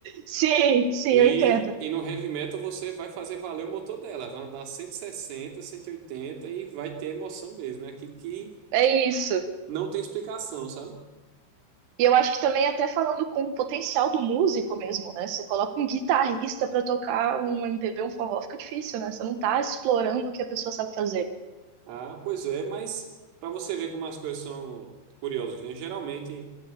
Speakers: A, on the right; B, on the right.
A: Sim, sim,
B: E,
A: eu entendo.
B: e no heavy metal você vai fazer valer o motor dela, vai andar 160, 180 e oitenta e vai ter emoção mesmo. É aquilo que
A: É isso.
B: não tem explicação, sabe?
A: E eu acho que também até falando com o potencial do músico mesmo, né? Você coloca um guitarrista pra tocar um MPB, um forró, fica difícil, né? Você não tá explorando o que a pessoa sabe fazer.
B: Ah, pois é, mas para você ver como as coisas são curiosas, né? Geralmente